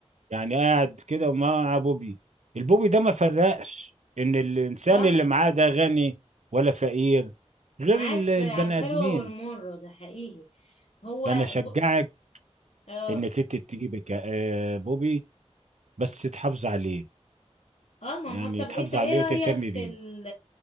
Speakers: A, on the right; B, on the left.
A: يعني قاعد كده ومعاه بوبي البوبي ده ما فرقش ان الانسان
B: صح
A: اللي معاه ده غني ولا فقير غير
B: معاك
A: ال-
B: في
A: البني
B: على الحلوة
A: ادمين
B: والمرة ده حقيقي هو
A: فانا اشجعك
B: ب... اه
A: انك انت تجيب كا- آه، بوبي بس تحافظ عليه
B: اه ما
A: يعني
B: هو- طب
A: تحافظ
B: انت ايه
A: عليه
B: رأيك
A: وتهتم بيه
B: في ال